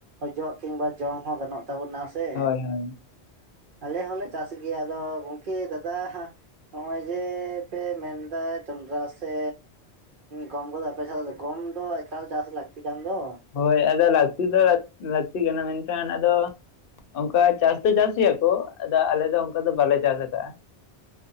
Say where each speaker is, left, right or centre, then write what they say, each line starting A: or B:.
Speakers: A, on the right (about 60°); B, on the left (about 65°).
A: ᱚᱡᱚᱜ ᱠᱤᱝᱵᱟ ᱡᱚᱢ ᱦᱚᱸ ᱜᱟᱱᱚᱜ ᱛᱟᱵᱚᱱᱟ ᱥᱮ
B: ᱦᱳᱭ ᱦᱳᱭ
A: ᱟᱞᱮ ᱦᱚᱸᱞᱮ ᱪᱟᱥ ᱜᱮᱭᱟ ᱟᱫᱚ ᱠᱤ ᱫᱟᱫᱟ ᱱᱚᱜᱼᱚᱭ ᱡᱮ ᱯᱮ ᱢᱮᱱᱫᱟ ᱡᱚᱱᱰᱨᱟ ᱥᱮ ᱜᱚᱢ ᱠᱚᱫᱚ ᱟᱯᱮ ᱥᱮᱫ ᱜᱚᱢ ᱫᱚ ᱮᱠᱟᱞ ᱪᱟᱥ ᱞᱟᱹᱠᱛᱤ ᱠᱟᱱ ᱫᱚ
B: ᱦᱳᱭ ᱟᱫᱚ ᱞᱟᱹᱠᱛᱤ ᱫᱚ ᱞᱟᱹᱠᱛᱤ ᱠᱟᱱᱟ ᱢᱮᱱᱠᱷᱟᱱ ᱟᱫᱚ ᱚᱱᱠᱟ ᱪᱟᱥ ᱫᱚ ᱪᱟᱥ ᱜᱮᱭᱟᱠᱚ ᱟᱫᱚ ᱟᱞᱮ ᱫᱚ ᱚᱱᱠᱟ ᱫᱚ ᱵᱟᱞᱮ ᱪᱟᱥ ᱠᱟᱜᱼᱟ